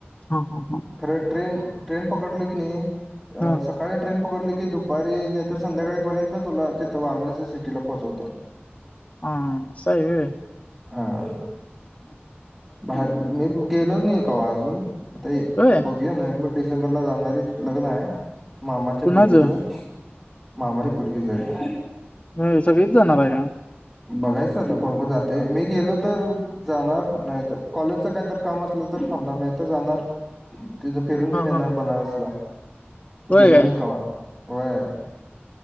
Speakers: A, on the left; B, in the centre.
A: हा हा हा.
B: ट ट्रेन पकडलोय की नाही अ
A: हा
B: सक काळी ट्रेन पकडली की दुपारी नाहीत तर संध्याकाळीपर्यंत तुला तिथं वाराणसी सिटीला पोहोचवत्या.
A: आं असा आहे वे.
B: हा.
A: हां हां हां.
B: बाहेर मी गेलोच नाही कव्हा अजून तरी
A: होय
B: बघ <unintelligible> नोव्हेंबर डिसेंबर ला जाणारे लग्न आहे मामाच्या
A: कुणाचं
B: पोरगीचा. मामाची पोरगीचा आहे.
A: व्हय सगळीत जाणार आहे काय?
B: बघायचं आता कोण कोण जाते मी गेलो तर जाणार नाही तर कॉलेजचा काहीतर काम असलं तर थांबणार नाही तर जाणार. तिथं फिरून पण
A: हा
B: येणार
A: हा
B: बनारसला
A: होय
B: गेलो
A: काय
B: नाही कव्हा वय.